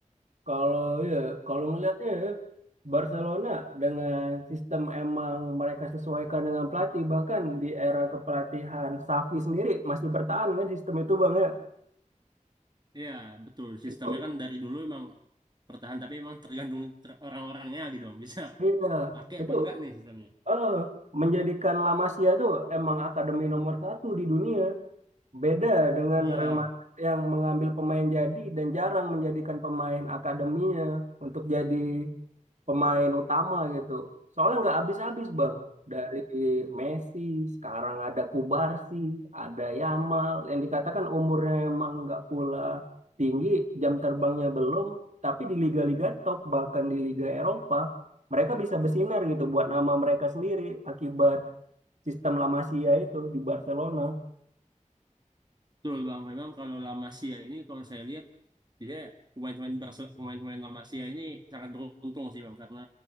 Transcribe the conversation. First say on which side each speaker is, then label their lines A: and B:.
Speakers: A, on the right; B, on the right.
A: Kalau ya, kalau ngelihatnya ya, Barcelona dengan sistem emang mereka sesuaikan dengan pelatih, bahkan di era kepelatihan Xavi sendiri masih bertahan kan sistem itu bang ya.
B: Iya betul sistemnya
A: Itu,
B: kan dari dulu emang bertahan tapi emang tergantung ter- orang-orangnya gitu bang bisa
A: iya,
B: pakai
A: itu
B: apa enggak nih sistemnya.
A: eh, menjadikan La Masia itu emang akademi nomor satu di dunia. Beda dengan
B: Iya,
A: Real Madrid yang mengambil pemain jadi dan jarang menjadikan pemain akademinya untuk jadi pemain utama gitu. Soalnya nggak habis-habis bang. Dari Messi, sekarang ada Kubarsi, ada Yamal. Yang dikatakan umurnya emang nggak pula tinggi, jam terbangnya belum. Tapi di liga-liga top, bahkan di Liga Eropa, mereka bisa bersinar gitu buat nama mereka sendiri akibat sistem La Masia itu di Barcelona.
B: Betul Bang, memang kalau La Masia ini kalau saya lihat dia pemain-pemain Barce- pemain-pemain La Masia ini sangat beruntung sih Bang karena